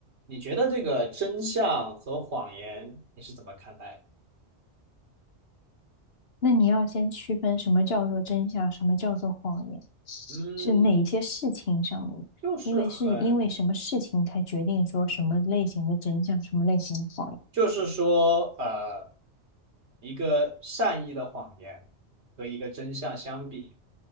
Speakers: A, on the right (about 70°); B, on the left (about 60°).
A: 你觉得这个真相和谎言你是怎么看待的
B: 那你要先区分什么叫做真相，什么叫做谎言，
A: 嗯，
B: 是哪一些事情上面，
A: 就是很，
B: 因为是因为什么事情才决定说什么类型的真相，什么类型的谎言。
A: 就是说，呃，一个善意的谎言和一个真相相比，